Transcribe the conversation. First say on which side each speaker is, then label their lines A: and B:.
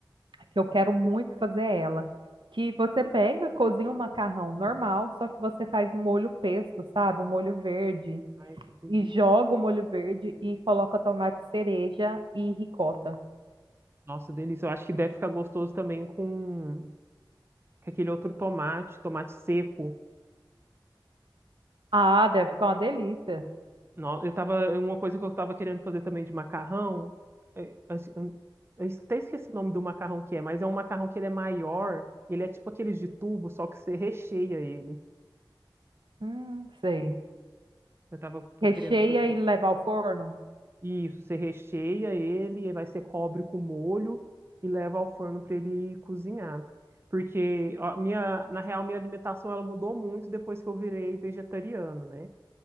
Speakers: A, on the right; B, on the right.
A: que eu quero muito fazer ela. Que você pega, cozinha um macarrão normal, só que você faz um molho pesto, sabe? Um molho verde.
B: Ai, que delícia.
A: E joga o molho verde e coloca tomate cereja e ricota.
B: Nossa, delícia. Eu acho que deve ficar gostoso também com, com aquele outro tomate, tomate seco.
A: Ah, deve ficar uma delícia.
B: Não, eu tava, uma coisa que eu tava querendo fazer também de macarrão, é, assim, eu, eu até esqueci o nome do macarrão que é, mas é um macarrão que ele é maior, ele é tipo aqueles de tubo, só que você recheia ele.
A: Hum, sei.
B: Eu tava
A: Recheia
B: querendo fazer
A: e leva ao forno?
B: isso, você recheia ele, aí vai ser cobre com molho e leva ao forno para ele cozinhar. Porque a minha, na real, minha alimentação ela mudou muito depois que eu virei vegetariano, né?